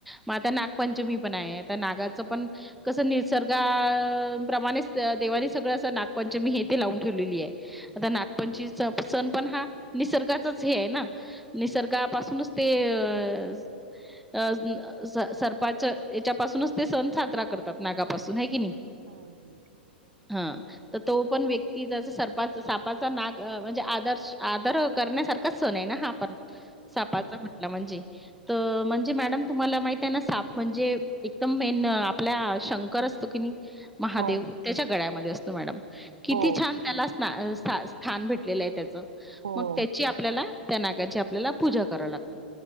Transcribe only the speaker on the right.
हम हम्
हो
हो
हो